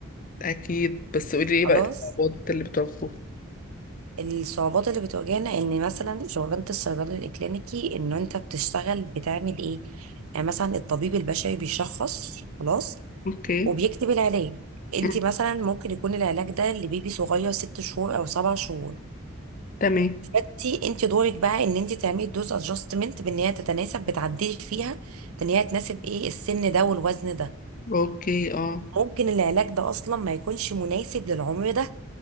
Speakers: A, on the left (about 40°); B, on the right (about 80°).
A: أكيد بس قولي ايه
B: خلاص
A: بقى الصعوبات اللي بتواجهوها
B: الصعوبات اللي بتواجهنا إن مثلا شغلانة الصيدلي الكلينيكي إن أنت بتشتغل بتعمل إيه يعني مثلا الطبيب البشري بيشخص خلاص
A: اوكي
B: وبيكتب العلاج انت
A: مم.
B: مثلا ممكن يكون العلاج ده لبيبي صغير ست شهور او سبع شهور
A: تمام
B: فانت انت دورك بقى ان انت تعملي دوز ادجستمنت بان هي تتناسب بتعدلي فيها بان هي تناسب ايه السن ده والوزن ده
A: اوكي اه
B: ممكن العلاج ده اصلا ما يكونش مناسب للعمر ده